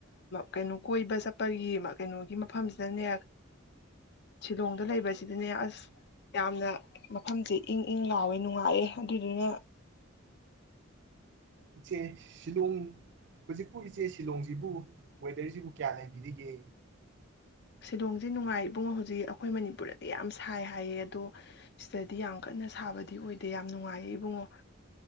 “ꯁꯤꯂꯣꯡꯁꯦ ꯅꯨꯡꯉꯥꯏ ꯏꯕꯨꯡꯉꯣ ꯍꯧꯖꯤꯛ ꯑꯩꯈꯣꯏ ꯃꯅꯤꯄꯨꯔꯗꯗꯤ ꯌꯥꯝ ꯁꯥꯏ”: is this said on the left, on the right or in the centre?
Left